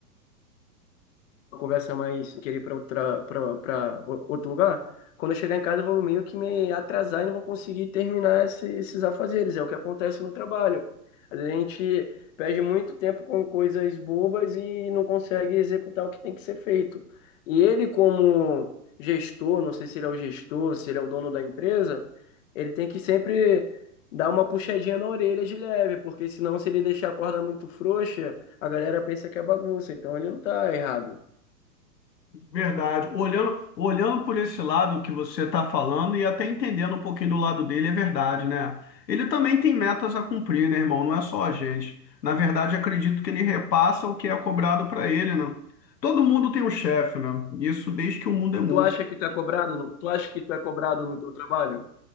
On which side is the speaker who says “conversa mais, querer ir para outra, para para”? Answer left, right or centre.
Left